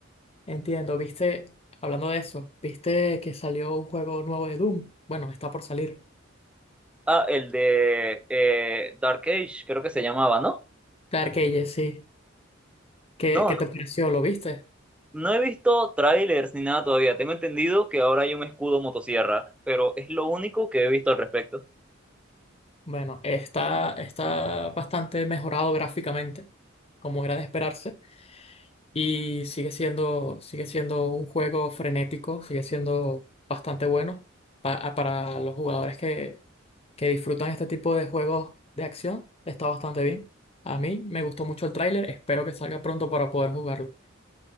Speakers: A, on the left (about 30°); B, in the centre.
A: Entiendo, viste, hablando de eso, viste que salió un juego nuevo de Doom. Bueno, está por salir.
B: Ah, el de eh, Dark Age, creo que se llamaba, ¿no?
A: Dark Ages, sí. ¿Qué,
B: No,
A: qué
B: no,
A: te pareció? ¿Lo viste?
B: no he visto trailers ni nada todavía. Tengo entendido que ahora hay un escudo motosierra, pero es lo único que he visto al respecto.
A: Bueno, está, está bastante mejorado gráficamente, como era de esperarse. y sigue siendo, sigue siendo un juego frenético, sigue siendo bastante bueno pa- a- para los jugadores que, que disfrutan este tipo de juegos de acción. Está bastante bien. A mí me gustó mucho el tráiler, espero que salga pronto para poder jugarlo.